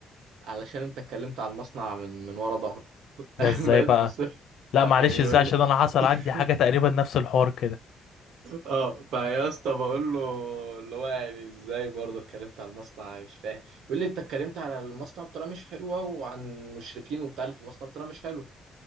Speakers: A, on the right; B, on the left.
A: علشان انت اتكلمت على المصنع من من ورا ظهره <laughs>
B: ده ازاي
A: بقيت
B: بقى
A: بص
B: لا معلش
A: يقول
B: ازاي عشان
A: لي
B: انا حصل
A: <laughs>
B: عندي حاجة تقريبا نفس الحوار كده
A: اه فيا اسطى بقول له اللي هو يعني ازاي برضه اتكلمت على المصنع مش فاهم يقول لي انت اتكلمت على المصنع بطريقه مش حلوه وعن المشرفين وبتاع اللي في المصنع بطريقه مش حلوه